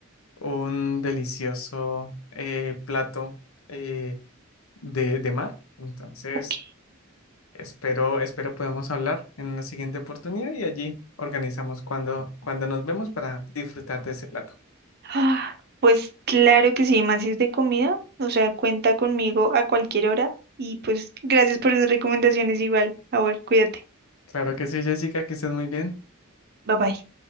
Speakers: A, on the left (about 70°); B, on the right (about 50°).
A: un delicioso eh, plato eh, de, de mar. Entonces,
B: Ok.
A: espero, espero podemos hablar en una siguiente oportunidad y allí organizamos cuando, cuando nos vemos para disfrutar de ese plato.
B: Ah, pues claro que sí, más si es de comida, o sea, cuenta conmigo a cualquier hora y pues gracias por esas recomendaciones igual. A ver, cuídate.
A: Claro que sí, Jessica, que estés muy bien.
B: Bye bye.